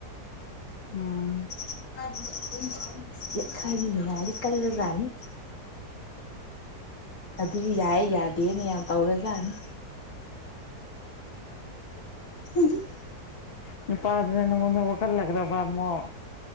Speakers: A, on the left; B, on the left.
A: ꯎꯝ꯫
B: <unintelligible> ꯍꯥꯏꯗꯤ ꯀꯜꯂꯖꯥꯅꯤ꯫ ꯑꯗꯨ ꯌꯥꯏ ꯌꯥꯗꯦꯅ ꯌꯥꯝ ꯇꯧꯔ ꯖꯅꯤ꯫ <unintelligible>
A: <unintelligible> ꯄꯥꯁꯤꯅ ꯅꯪꯉꯣꯟꯗ ꯋꯥꯈꯜꯂꯈ꯭ꯔꯕ ꯑꯃꯨꯛ